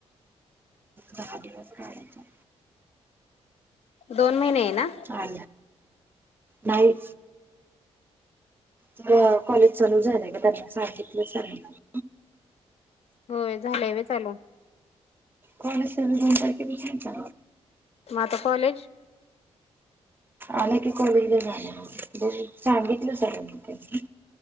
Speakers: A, on the right; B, on the left.
A: दहा दिवस कयचा
B: दोन महिने आहे ना
A: अ नाही ज कॉलेज चालू झालंय का त्यांना सांगितलं सना
B: होय झालंय व चालू
A: कण तुमचाार विष जा
B: माता कॉलेज
A: आणि ती कॉलेजला जाणार बघ सांगितलं सर्यांनी त्यांनी